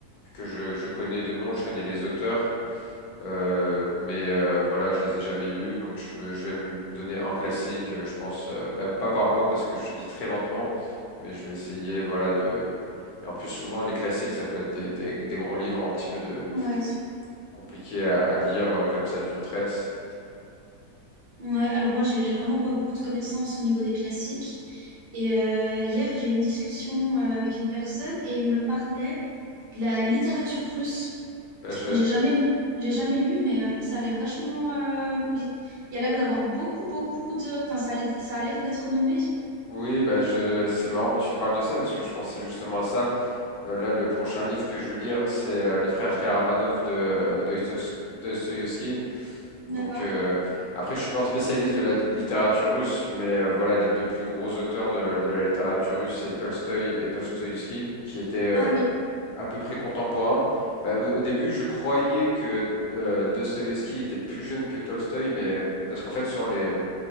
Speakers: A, on the left; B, on the right.
A: que je, je connais de nom, je connais les auteurs. Euh, mais euh, voilà, je les ai jamais lus, donc je, me- je vais me donner un classique, euh, je pense, euh, bah, pas par mois parce que je lis très lentement, mais je vais essayer, voilà, de. Et en plus, souvent, les classiques, ça peut être des, des- des gros livres un petit peu de
B: Ouais.
A: compliqués à, à lire euh, comme ça d'une traite.
B: Ouais, alors moi, j'ai j'ai vraiment pas beaucoup de connaissances au niveau des classiques. Et euh, hier, j'ai eu une discussion euh, avec une personne et il me parlait de la littérature russe.
A: Bah, je-
B: J'ai jamais, j'ai jamais lu, mais euh, ça a l'air vachement. euh, il il y a l'air d'avoir beaucoup, beaucoup de. Enfin, ça, a l'air- ça a l'air d'être renommé.
A: Oui, bah je... c'est marrant que tu parles de ça parce que je pensais justement à ça. Euh, là, le prochain livre que je veux lire, c'est euh, Les Frères Karamazov de Dostoïevski. Donc
B: D'accord.
A: euh, après, je suis pas un spécialiste de la littérature russe, mais euh, voilà, les deux plus gros auteurs de, de la littérature russe, c'est Tolstoï et Dostoïevski, qui étaient euh,
B: Ah oui,
A: à peu près contemporains. Bah, au, au début, je croyais que euh, Dostoïevski était plus jeune que Tolstoï, mais parce qu'en fait, sur les